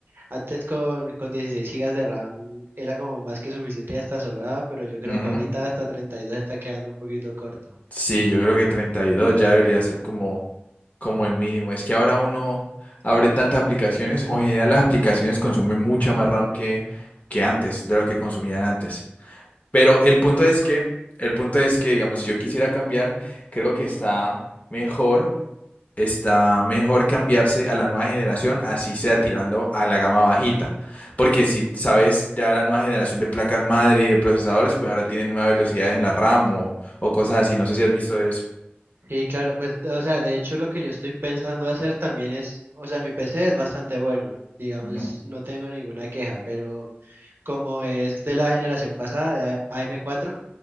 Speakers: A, on the right; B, on the left.
A: antes con, con 16 gigas de RAM era como más que suficiente y hasta sobraba, pero yo creo
B: Ujú.
A: que ahorita hasta 32 está quedando un poquito corto.
B: Sí, yo creo que 32 ya debería ser como, como el mínimo. Es que ahora uno abre tantas aplicaciones, o en general las aplicaciones consumen mucha más RAM que, que antes, de lo que consumían antes. Pero el punto es que, el punto es que, digamos, si yo quisiera cambiar, creo que está mejor está mejor cambiarse a la nueva generación, así sea tirando a la gama bajita. Porque si sabes, ya la nueva generación de placas madre y de procesadores, pues ahora tienen nuevas velocidades en la RAM o, o cosas así. No sé si has visto eso.
A: Sí, claro, pues, o sea, de hecho lo que yo estoy pensando hacer también es, o sea, mi PC es bastante bueno, digamos,
B: Ujú,
A: no tengo ninguna queja, pero como es de la generación pasada, de A- am cuatro,